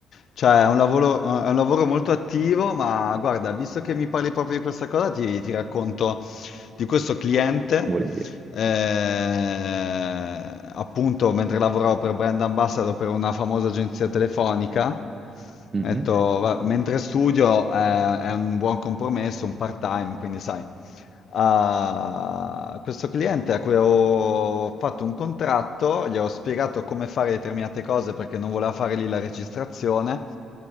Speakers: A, on the left; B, on the right.
A: Cioè, è un lavoro, è un lavoro molto attivo, ma guarda, visto che mi parli proprio di questa cosa, ti, ti racconto di questo cliente.
B: <laughs> vuol dire?
A: eh, appunto, mentre lavoravo per brand ambassador per una famosa agenzia telefonica,
B: Mhm.
A: ho detto, "Va- mentre studio, eh, è un buon compromesso, un part-time, quindi sai, a questo cliente a cui ho fatto un contratto, gli ho spiegato come fare determinate cose perché non voleva fare lì la registrazione